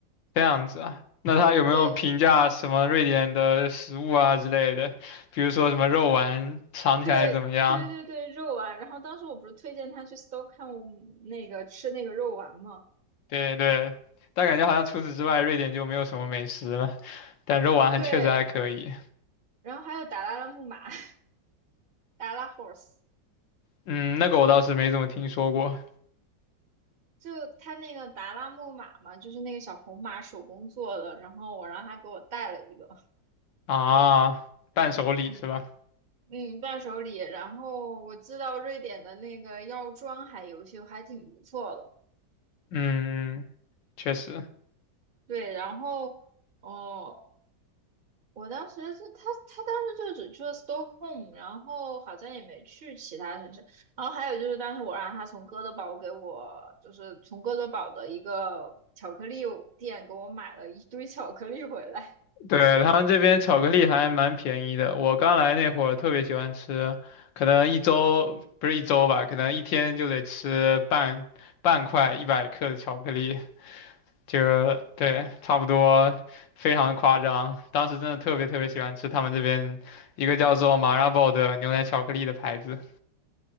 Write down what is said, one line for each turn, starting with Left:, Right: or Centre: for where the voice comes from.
Left: 这样子啊。那他有没有评价什么瑞典的食物啊之类的？
Right: 对，
Left: 比如说什么肉丸尝起来怎么样？
Right: 对对对对，肉丸。然后当时我不是推荐他去 Stockholm 那个吃那个肉丸嘛？
Left: 对对，但感觉好像除此之外，瑞典就没有什么美食了。但肉丸还确实还可以。
Right: 对，然后还有达拉拉木马，<laughs> 达拉 horse，
Left: 嗯，那个我倒是没怎么听说过
Right: 就他那个达拉木马嘛，就是那个小红马手工做的。然后我让他给我带了一个，
Left: 啊，伴手礼是吧？
Right: 嗯嗯，伴手礼。然后我知道瑞典的那个药妆还有些还挺不错的，
Left: 嗯，嗯确实。
Right: 对。然后哦，我当时是他，他当时就只去了 Stockholm，然后好像也没去其他城市。然后还有就是，当时我让他从哥德堡给我，就是从哥德堡的一个巧克力店给我买了一堆巧克力回来。
Left: 对，他们这边巧克力还蛮便宜的，我刚来那会儿特别喜欢吃，可能一周，不是一周吧，可能一天就得吃半半块一百克的巧克力，就对，差不多，非常夸张。当时真的特别特别喜欢吃他们这边一个叫做 Marabou 的牛奶巧克力的牌子。